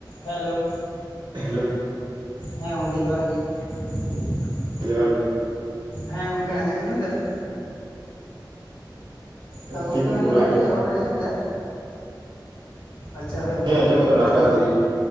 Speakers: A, on the left; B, on the right.
A: Hello.
B: Hello.
A: ᱦᱮᱸ ᱜᱚᱢᱠᱮ ᱡᱚᱦᱟᱨ ᱜᱮ ᱾
B: ᱦᱮᱸ ᱡᱚᱦᱟᱨ ᱜᱮ ᱾
A: ᱦᱮᱸ ᱜᱚᱢᱠᱮ ᱟᱸᱡᱚᱢ ᱫᱟᱵᱮᱱ? ᱦᱮᱸ ᱜᱚᱢᱠᱮ
B: ᱴᱷᱤᱠ ᱜᱮ
A: ᱢᱮᱱ
B: ᱯᱩᱨᱟᱹ
A: ᱫᱟᱞᱤᱧ ᱫᱟᱞᱤᱧ
B: ᱟᱸᱡᱚᱢᱚᱜ
A: ᱟᱹᱞᱤᱧᱟᱜ
B: ᱠᱟᱱᱟ
A: ᱨᱚᱲ ᱵᱮᱱ ᱟᱸᱡᱚᱢ ᱮᱫᱟ? ᱟᱪᱪᱷᱟ ᱦᱳᱭ
B: ᱦᱮᱸ
A: ᱛᱚ
B: ᱟᱸᱡᱚᱢᱚᱜ
A: ᱜᱚᱝᱠᱮ
B: ᱠᱟᱱᱟ
A: ᱡᱚᱦᱟᱨ
B: ᱱᱟᱯᱟᱭ
A: ᱜᱮ᱾
B: ᱛᱮᱜᱤ